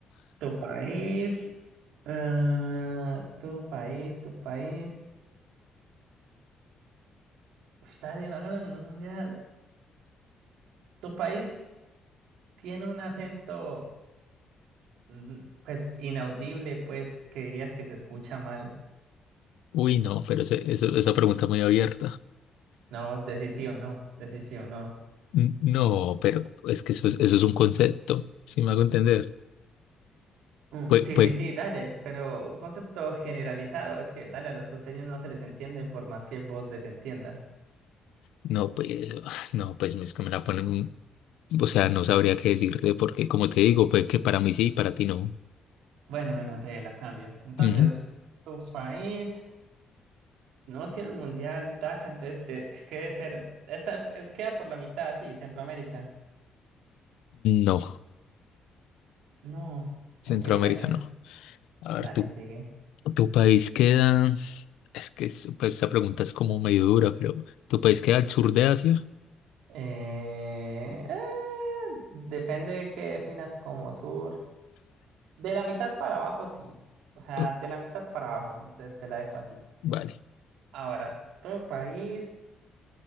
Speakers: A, on the right; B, on the left.
A: Tu país. ah, tu país, tu país. Uf, dale, no ha ganado ningún mundial. Tu país tiene un acento, mm, pues, inaudible, pues, que dirías que se escucha mal.
B: Uy, no, pero ese- eso- esa pregunta muy abierta.
A: No, decís sí o no. Decís sí o no.
B: N- No, pero es que eso es, eso es un concepto, si me hago entender.
A: Mm,
B: Pues,
A: sí,
B: pues,
A: sí, sí, dale. Pero un concepto generalizado es que, dale, a los costeños no se les entiende por más que vos les entiendas.
B: no, pues, <sighs> no, pues es que me la ponen, o sea, no sabría qué decirte porque, como te digo, pues que para mí sí y para ti no.
A: Bueno, bueno, te la cambio. Entonces,
B: Ujú.
A: tu país. No tiene un mundial, taca, entonces de- es que debe ser, esa, es, queda por la mitad, sí, Centroamérica.
B: No,
A: No,
B: Centroamérica
A: ok, dale,
B: no. A
A: dale,
B: ver, tu,
A: sigue.
B: tu país queda. Es que es- pues, esta pregunta es como medio dura, pero ¿tu país queda al sur de Asia?
A: Eh, eh, depende de qué definas como sur. De la mitad para abajo, sí. O sea,
B: Oh,
A: de la mitad para abajo, te, te la dejo así.
B: vale.
A: Ahora, tu país,